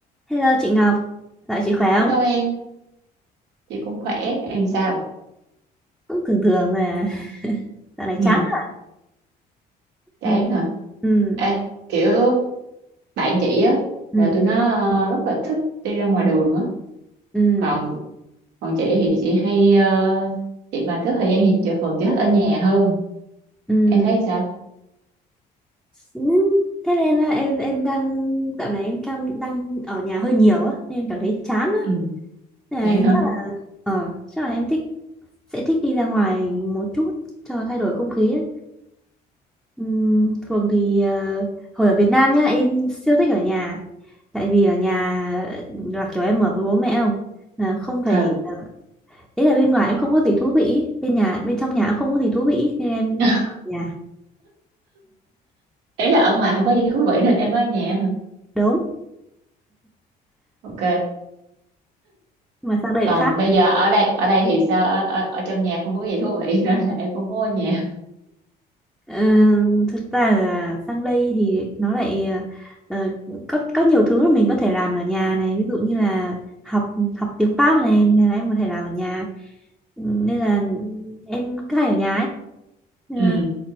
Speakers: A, in the centre; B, on the right.
A: Hello chị Ngọc, dạo chị khỏe không?
B: Hello em, chị cũng khỏe, em sao?
A: Cũng thường thường mà, <laughs> dạo này
B: Ừ,
A: chán lắm.
B: chán
A: Ừ,
B: hả?
A: ừ,
B: Ê, kiểu bạn chị á,
A: ừ,
B: là tụi nó ờ, rất là thích đi ra ngoài đường á.
A: ừ,
B: Còn còn chị thì chị hay, ờ, chị mà có thời gian thì chị thường chị thích ở nhà hơn.
A: ừ.
B: Em thấy sao?
A: Ừ, Thế nên là em em đang dạo này em đang đang ở nhà hơi nhiều á, nên em cảm thấy chán á.
B: Ừ,
A: Nên là
B: vậy hả?
A: chắc là ờ, chắc là em thích sẽ thích đi ra ngoài một chút cho thay đổi không khí á. Ừm, thường thì ờ, hồi ở Việt Nam nhá em siêu thích ở nhà tại vì ở nhà là kiểu em ở với bố mẹ không là không phải
B: Ừ.
A: ý là bên ngoài em không có gì thú vị ý. bên nhà bên trong nhà em không có gì thú vị ý, nên em
B: <laughs>
A: nhà
B: Ý là ở ngoài không có gì thú vị nên em ở nhà hả?
A: đúng
B: Ok.
A: nhưng mà sang đây
B: Còn
A: lại khác
B: bây giờ ở đây ở đây thì sao? Ở, ở, ở trong nhà không có gì thú vị <laughs> nên là em không muốn ở nhà.
A: Ờ, thực ra là sang đây thì nó lại ờ, có có nhiều thứ mà mình có thể làm ở nhà này ví dụ như là học học tiếng Pháp này là em có thể làm ở nhà Ừ, nên là em cứ hay ở nhà ấy Ờ,
B: Ừ,